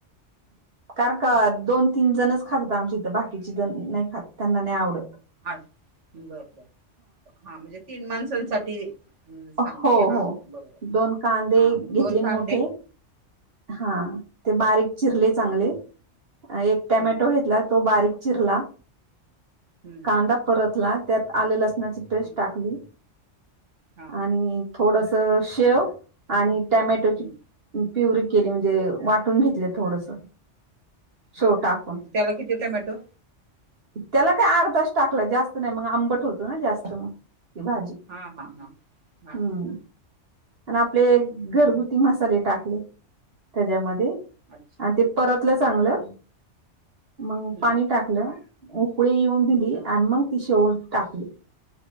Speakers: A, on the right; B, on the right.
A: कार का दोन तीन जणच खातात आमच्या इथं बाकीचे जण नाही खात त्यांना नाही आवडत
B: ह बरोबर हा म्हणजे तीन माणसांसाठी हम्म सांगते
A: हो
B: हा
A: हो
B: बरोबर
A: दोन कांदे
B: हा मग
A: घेतले
B: दोन कांदे
A: मोठे हा ते बारीक चिरले चांगले एक टोमॅटो
B: हम्म
A: घेतला तो बारीक चिरला
B: हम्म
A: कांदा परतला त्यात आलेला नाची पेस्ट
B: हम्म,
A: टाकली
B: हा
A: आणि थोडस शेव आणि टमॅटोची
B: हम्म
A: प्यूरी केली म्हणजे वाटून घेतले थोडस
B: हा
A: शेव टाकून
B: त्याला किती टमॅटो
A: त्याला काही अर्धास टाकलं जास्त नाही मग आंबट होतो ना जास्त मग भाजी
B: हम् हम् हम हम हम
A: हम्म आणि आपले घरगुती मसाले टाकले त्याच्यामध्ये
B: अच्छा
A: आणि ते परतलं चांगलं
B: हा
A: मग
B: हम्म
A: पाणी टाकलं उकळे येऊन दिली
B: हा
A: आणि मग ती शेवल टाकली